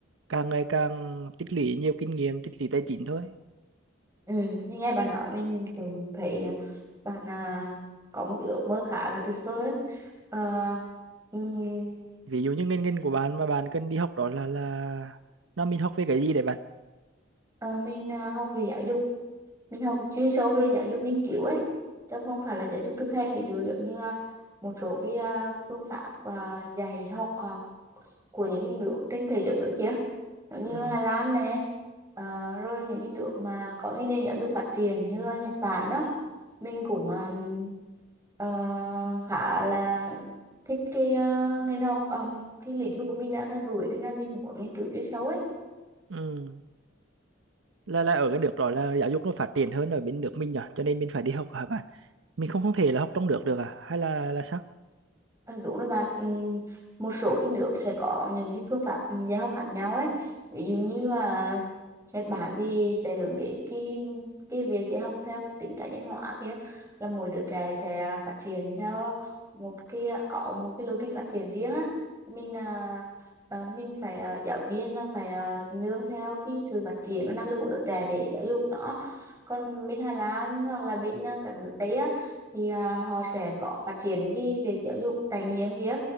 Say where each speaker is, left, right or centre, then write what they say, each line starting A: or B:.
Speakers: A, on the right (about 75°); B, on the right (about 15°).
A: càng ngày càng tích lũy nhiều kinh nghiệm tích lũy tài chính thôi
B: Ừ. Như nghe bạn nói mình cũng thấy à, bạn à, có một cái ước mơ khá là tuyệt vời ấy. Ờ, ừm,
A: ví dụ như ngành ngành của bạn mà bạn cần đi học đó là là nó mình học về cái gì để bạn
B: Ờ, mình ờ, học về giáo dục mình học chuyên sâu về giáo dục nghiên cứu ấy chứ không phải là giáo dục thực hành ví dụ giống như ờ, một số cái ờ, phương pháp ờ, dạy học ờ, của những cái nước trên thế giới kia giống như
A: Ừ.
B: Hà Lan này ờ, rồi những cái nước mà có cái nền giáo dục phát triển như ờ, Nhật Bản đó mình cũng ờ, ờ, khá là thích cái ờ, ngành học ờ, cái lĩnh vực của mình đang theo đuổi nên là mình muốn nghiên cứu chuyên sâu ấy
A: Ừ. Là là ở cái nước đó là giáo dục nó phát triển hơn ở bên nước mình nhỉ, cho nên mình phải đi học hả bạn? Mình không không thể là học trong nước được à? Hay là là sao?
B: Ờ, đúng rồi bạn ừ, một số cái nước sẽ có những cái phương pháp dạy học khác nhau ấy ví dụ như là Nhật Bản thì sẽ hướng đến cái cái việc dạy học theo tính cá nhân hóa kia là mỗi đứa trẻ sẽ phát triển theo một cái có một cái lộ trình phát triển riêng á mình à, ờ, mình phải à, giáo viên là phải à, nương theo cái sự phát triển và năng lực của đứa trẻ để giáo dục nó còn bên Hà Lan hoặc là bên à, các nước Tây á thì à, họ sẽ có phát triển cái việc giáo dục trải nghiệm kia